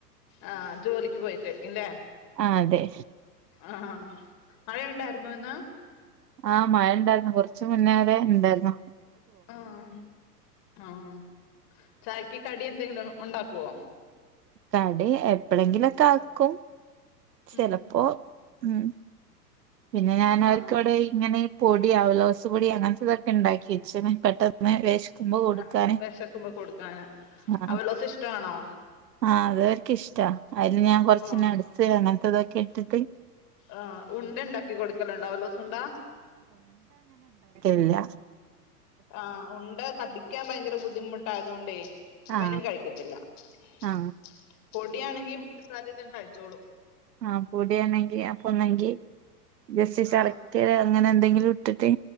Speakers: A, on the left; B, on the right.
A: ആഹ് ജോലിക്ക് പോയ്ക്കാരിക്കും ലെ
B: ആഹ് അതെ
A: ആഹ് മഴ ഈണ്ടായിരുന്നോ ഇന്ന്
B: ആഹ് മഴ ഇണ്ടാര് കൊറച്ച് മുന്നേരെ ഇണ്ടാർന്നു
A: ആഹ് ആഹ് ചായക്കി കടി എന്തെങ്കിലും ഉണ്ടാക്കോ
B: കടി എപ്പഴെങ്കിലുംക്കാക്കും ചെലപ്പോ
A: ഉം
B: ഉം പിന്നെ ഞാൻ
A: ആ
B: ആർക്ക്വ്ടേ ഇങ്ങനെ പൊടി ഔലോസ് പൊടി അങ്ങൻത്തതൊക്കെ ഇണ്ടാക്കി വെച്ച്ന് പെട്ടന്ന് വെശ്ക്കുമ്പോ ഒടുക്കാന്
A: ആ വെശക്കുമ്പോ കൊടുക്കാന്
B: ആ
A: അവലോസ് ഇഷ്ടാണോ
B: ആഹ് അത് അവർക്കിഷ്ടാ അതില് ഞാൻ കൊറച്ച്
A: ആ
B: നടുത്ത് അങ്ങനത്തതൊക്കെ <unintelligible>
A: ആഹ് ഉണ്ടയുണ്ടാക്കി കൊടുക്കലൊണ്ട അവലൂസുണ്ടാ
B: ഇല്ല
A: ആഹ് ഉണ്ട കടിക്കാൻ ഭയങ്കര ബുദ്ധിമുട്ട് ട്ടായതുകൊണ്ടേ ഇവനും
B: ആ
A: കഴിക്കത്തില്ല പൊടി
B: ആ
A: - പൊടി ആണെങ്കിൽ ധം <unintelligible> കഴിച്ചോളും
B: ആഹ് പൊടിയാണെങ്കി അപ്പൊ ഒന്നെങ്കി ബസി
A: ആഹ്
B: ചരകേ <unintelligible> അങ്ങനെ എന്തെങ്കിലും ഇട്ടിട്ട്-